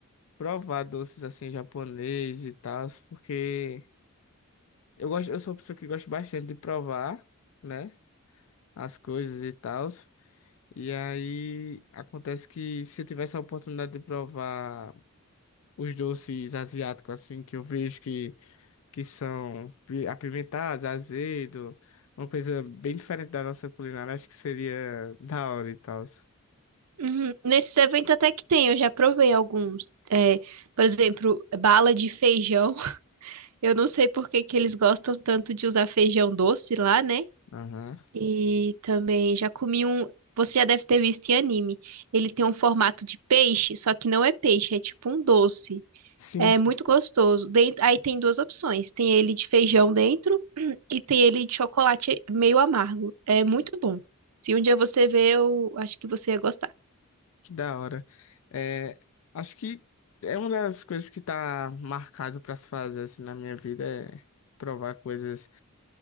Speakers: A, on the left; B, on the right.
A: provar doces assim japonês e tal, porque eu gosto, eu sou uma pessoa que gosta bastante de provar, né, as coisas e tal. E aí acontece que se eu tivesse a oportunidade de provar os doces asiáticos assim que eu vejo que que são pi- apimentados, azedo, uma coisa bem diferente da nossa culinária, acho que seria da hora e tal.
B: Uhum. Nesses eventos até que tem, eu já provei alguns. É, por exemplo, bala de feijão. <laughs> Eu não sei por que que eles gostam tanto de usar feijão doce lá, né?
A: Aham.
B: E também já comi um. Você já deve ter visto em anime. Ele tem um formato de peixe, só que não é peixe, é tipo um doce.
A: Sim,
B: É muito gostoso. Dent- Aí tem duas opções: tem ele de feijão dentro <clears throat> e tem ele de chocolate meio amargo. É muito bom. Se um dia você ver, eu acho que você ia gostar.
A: Que da hora. É, acho que é uma das coisas que tá marcado pra se fazer assim, na minha vida é provar coisas